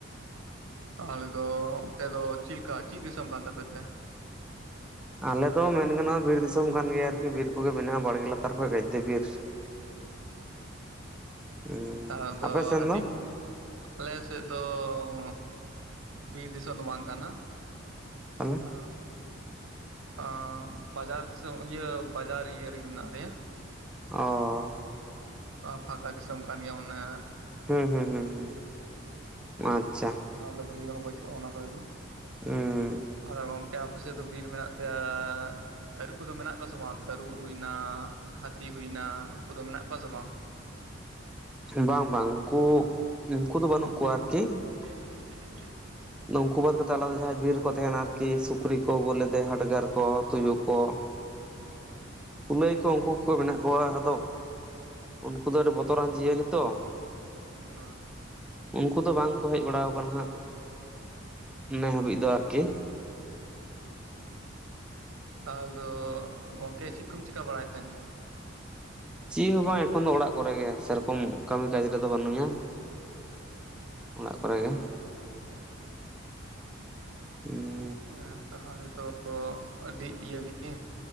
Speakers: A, on the right; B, in the centre.
A: ᱛᱟᱦᱚᱞᱮ ᱫᱚ ᱚᱱᱛᱮ ᱫᱚ ᱪᱤᱫ ᱞᱮᱠᱟ ᱪᱤᱫ ᱫᱤᱥᱚᱢ ᱠᱟᱱ ᱛᱟᱯᱮ ᱛᱮ?
B: ᱟᱞᱮ ᱫᱚ ᱢᱮᱱ ᱜᱟᱱᱚᱜᱼᱟ ᱵᱤᱨ ᱫᱤᱥᱚᱢ ᱠᱟᱱ ᱜᱮᱭᱟ ᱟᱨᱠᱤ, ᱵᱤᱨ ᱠᱚᱜᱮ ᱢᱮᱱᱟᱜᱼᱟ ᱵᱟᱲᱜᱮ ᱞᱟᱛᱟᱨ ᱠᱚᱨᱮᱜ ᱜᱟᱫᱫᱮ ᱵᱤᱨ᱾ ᱦᱩᱸ
A: ᱛᱟᱦᱚᱞᱮ ᱫᱚ
B: ᱟᱯᱮ ᱥᱮᱱ
A: ᱦᱟᱹᱛᱤ ᱟᱞᱮ ᱥᱮᱫ ᱫᱚ ᱚᱸᱜ ᱵᱤᱨ ᱫᱤᱥᱚᱢ ᱫᱚ ᱵᱟᱝ ᱠᱟᱱᱟ᱾
B: ᱛᱟᱞᱦᱮ?
A: ᱟᱸ ᱟᱸ ᱵᱟᱡᱟᱨ ᱫᱤᱥᱚᱢ ᱤᱭᱟᱹ ᱵᱟᱡᱟᱨ ᱤᱭᱟᱹ ᱨᱮᱜᱮ ᱢᱮᱱᱟᱜ ᱞᱮᱭᱟ᱾
B: ᱚ
A: ᱟᱸ ᱯᱷᱟᱠᱟ ᱫᱤᱥᱚᱢ ᱠᱟᱱ ᱜᱮᱭᱟ ᱢᱟᱱᱮ
B: ᱦᱩᱸ ᱦᱩᱸ ᱦᱩᱸ ᱦᱩᱸ ᱟᱪᱪᱷᱟ᱾
A: ᱚᱱᱟ ᱫᱚ ᱵᱤᱨ ᱦᱚᱸ ᱵᱟᱪᱩᱜᱼᱟ ᱚᱱᱟ ᱠᱚᱨᱮ ᱫᱚ᱾
B: ᱩᱸ
A: ᱟᱫᱚ ᱜᱚᱝᱠᱮ ᱟᱯᱮ ᱥᱮᱫ ᱫᱚ ᱵᱤᱨ ᱢᱮᱱᱟᱜ ᱛᱮ ᱟ ᱛᱟᱹᱨᱩᱵᱽ ᱠᱚᱫᱚ ᱢᱮᱱᱟᱜ ᱠᱚᱣᱟ ᱥᱮ ᱵᱟᱝ? ᱛᱟᱹᱨᱩᱵ ᱦᱩᱭᱱᱟ, ᱦᱟᱹᱛᱤ ᱦᱩᱭᱱᱟ, ᱩᱱᱠᱩ ᱫᱚ ᱢᱮᱱᱟᱜ ᱠᱚᱣᱟ ᱥᱮ ᱵᱟᱝ?
B: ᱵᱟᱝ ᱵᱟᱝ ᱩᱱᱠᱩ, ᱩᱱᱠᱩ ᱫᱚ ᱵᱟᱹᱱᱩᱜ ᱠᱚᱣᱟ ᱟᱨᱠᱤ,
A: <inaudible>
B: ᱱᱩᱝᱠᱩ ᱵᱟᱫ ᱠᱟᱛᱮ ᱟᱞᱟᱫᱟ ᱡᱟᱦᱟᱸᱭ ᱵᱤᱨ ᱨᱮᱠᱚ ᱛᱟᱦᱮᱱᱟ ᱟᱨᱠᱤ ᱥᱩᱠᱨᱤ ᱠᱚ ᱵᱚᱞᱮ ᱫᱮ ᱦᱟᱰᱜᱟᱨ ᱠᱚ ᱛᱩᱭᱩ ᱠᱚ
A: ᱚᱜ
B: ᱜᱟᱹᱭ ᱠᱚ ᱩᱱᱠᱩ ᱠᱚᱜᱮ ᱢᱮᱱᱟᱜ ᱠᱚᱣᱟ ᱟᱫᱚ ᱩᱱᱠᱩ ᱫᱚ ᱟᱹᱰᱤ ᱵᱚᱛᱚᱨᱟᱱ ᱡᱤᱭᱟᱹᱞᱤ ᱛᱚ᱾
A: ᱚ᱾
B: ᱩᱱᱠᱩ ᱫᱚ ᱵᱟᱝ ᱠᱚ ᱦᱮᱡ ᱵᱟᱲᱟᱣ ᱠᱟᱱᱟ ᱦᱟᱸᱜ᱾ ᱤᱱᱟᱹ ᱦᱟᱵᱤᱡ ᱫᱚ ᱟᱨᱠᱤ᱾
A: ᱛᱟᱞ ᱫᱚ ᱜᱚᱝᱠᱮ ᱪᱤᱫ ᱠᱚᱢ ᱪᱤᱠᱟ ᱵᱟᱲᱟᱭ ᱛᱮᱱ?
B: ᱪᱤᱫ ᱦᱚᱸ ᱵᱟᱝ ᱮᱠᱷᱚᱱ ᱫᱚ ᱚᱲᱟᱜ ᱠᱚᱨᱮ ᱜᱮ, ᱥᱮᱨᱚᱠᱚᱢ ᱠᱟᱹᱢᱤ ᱠᱟᱡᱽ ᱨᱮᱫᱚ ᱵᱟᱹᱱᱩᱧᱟ᱾ ᱚᱲᱟᱜ ᱠᱚᱨᱮ ᱜᱮ᱾ ᱩᱸ
A: ᱮᱸ ᱛᱟᱦᱚᱞᱮ ᱛᱚ ᱟᱹᱰᱤ ᱤᱭᱟᱹ ᱜᱮ,